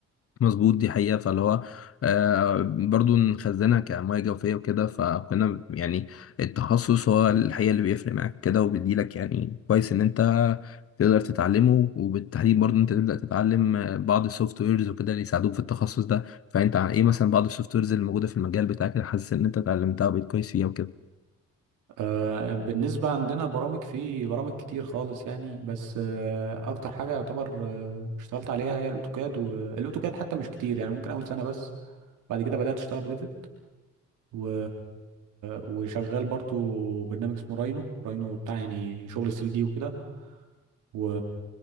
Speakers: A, on the left; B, on the right.
A: مظبوط دي حقيقة فاللي هو آه، برضو نخزنها كمياه جوفية وكده فكنا يعني التخصص هو الحقيقة اللي بيفرق معاك كده وبيديلك يعني كويس إن أنت تقدر تتعلمه وبالتحديد برضو أنت تبدأ تتعلم آه، بعض السوفت ويرز وكده اللي يساعدوك في التخصص ده فأنت عن إيه مثلا بعض السوفت ويرز اللي موجودة في المجال بتاعك اللي حاسس إن أنت اتعلمتها وبقيت كويس فيها وكده
B: آه، بالنسبة عندنا برامج في برامج كتير خالص يعني بس آه، أكتر حاجة يعتبر آه، اشتغلت عليها هي الأوتوكاد والأوتوكاد حتى مش كتير يعني ممكن أول سنة بس بعد كده بدأت أشتغل ريفت و... وشغال برضو برنامج اسمه راينو راينو بتاع يعني شغل 3 دي وكده و...